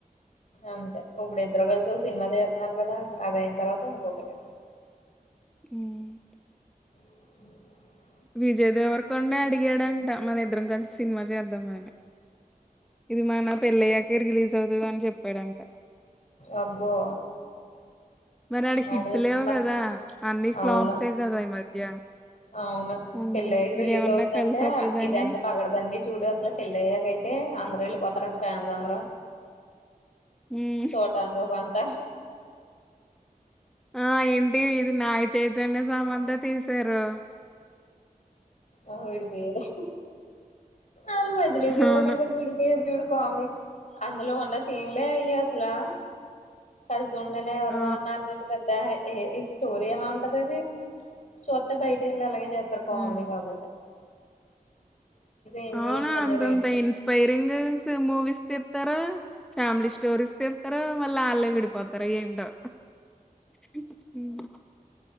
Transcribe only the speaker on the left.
అంతే ఒకడు ఇద్దరు కలిసి ఒక సినిమా దీత్నారు గదా అది అయిన తర్వాత ఇంకొకటి
బ్లాంక్
అబ్బో
అడి
మ
అవును
అవును
పెళ్ళయ్యాక
రిలీజ్ అవుద్దంటే
ఇది ఎంత పగడబంది చూడు అసలు పెళ్ళయ్యాక అయి తే అందరు వెళ్ళిపోతారని ఫ్యాన్స్ అందరు
చూడ్డానికి ఓ కొంత
ఆ విడి పోయారు ఆల్ మజిలీ సినిమా
తీసాక విడిపోయారు జూడు కామెడీ అందులో ఉన్న సీన్లే అయి అసలా కల్ సి ఉండలేర్ ఎవరిదో
ఉండానికి ఇంటి పెద్ద ఆయే ఏ ఈ స్టోరీ ఎలా ఉంటది అది చూత్తే బయట ఎళ్ళి అలాగే జేత్తరు కామెడీ
గాబ ఏం
నేర్చుకున్నారో
ఏంటో